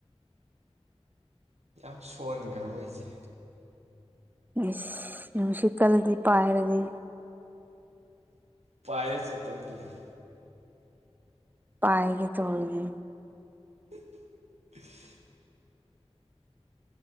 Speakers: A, on the right; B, on the right.
A: ꯌꯥꯝ ꯁꯣꯟꯈ꯭ꯔꯕ ꯑꯩꯁꯦ
B: ꯏꯁꯁ ꯅꯨꯡꯁꯤꯠꯀꯜꯗꯤ ꯄꯥꯏꯔꯅꯤ
A: ꯄꯌꯦ ꯆ ꯇ ꯃꯤꯒꯤꯅ
B: ꯄꯥꯏꯒ ꯇꯧꯔꯤꯅꯤ
A: <unintelligible> <inaudible>